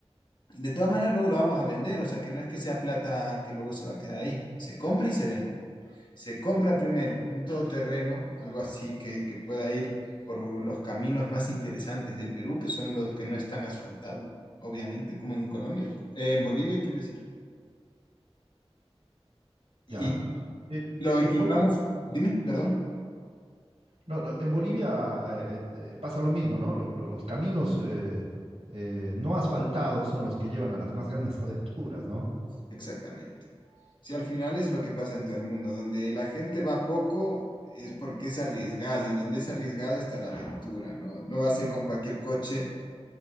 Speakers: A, on the left; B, on the right.
A: De todas maneras, luego lo vamos a vender, o sea que no es que sea plata que luego se va a quedar ahí, se compra y se vende. Se compra primero un todoterreno, algo así que, que pueda ir por los caminos más interesantes del Perú, que son los que no están asfaltados, obviamente, como en Colombia, eh, en Bolivia, quiero decir. Y
B: Ya. Eh,
A: lo
B: eh,
A: equipamos,
B: en Bol-
A: dime, perdón.
B: no, no, en Bolivia eh, eh, eh, pasa lo mismo, ¿no? Lo- lo- los caminos eh, eh, no asfaltados son los que llevan a las más grandes <laughs> aventuras, ¿no?
A: Exactamente. Si al final es lo que pasa en todo el mundo, donde la gente va poco es porque es arriesgado y donde es arriesgado está la aventura, ¿no? No va a ser con cualquier coche,